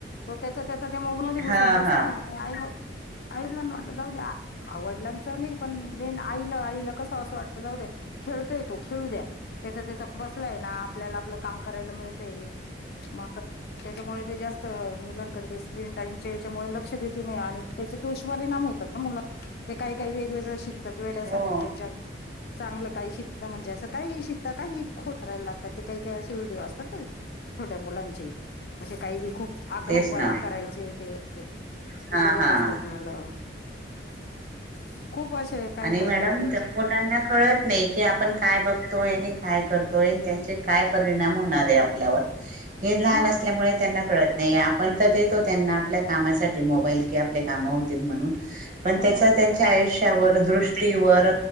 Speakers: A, on the left (about 55°); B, on the right (about 45°).
A: तो त्याच त्याचा मोबाईल मध्ये घुसून
B: हा
A: बसतो
B: हा.
A: आणि आई आईला वाटत जाऊ द्या. वडलांनाच नाही पण आईला आईल कस असं वाटत जाऊ द्या खेळतोय तो खेळू द्या त्याचा त्याचा बसलाय ना आपल्याला आपलं काम करायला मिळतय. मग त्याच्यामुळे ते जास्त मुलांकडे स्क्रीन टाईमच्या याच्यामुळे लक्ष देखील आणि -- त्याच्यात दुष्परिणाम होतात ना मुला ते काही काही वेगवेगळं शिकतात वेड्यासारखं
B: हो.
A: त्याच्यात चांगलं काही शिकत म्हणजे असं काही ही शिकत काही खोटंनाटं ते काही काही असे व्हिडिओ असतात ना छोट्या मुलांचे? म्हणजे काही बी खूप आगावूपणा
B: तेच ना.
A: करायचे ते
B: हा,
A: ते बघत
B: हा, हा.
A: <unintelligible> काही
B: आणि
A: काही
B: मॅडम
A: काही काही
B: मुलांना कळत नाही की आपण काय बघतोय आणि काय करतोय. त्याचे काय परिणाम होणार हाय आपल्यावर. हे लहान
A: हो
B: असल्यामुळे त्यांना कळत नाही पण तर देतो त्यांना आपल्या कामासाठी मोबाईल कि आपले कामं होतील म्हणून पण
A: हो
B: त्याचा त्यांच्या
A: तर आहे
B: आयुष्यावर दृष्टीवर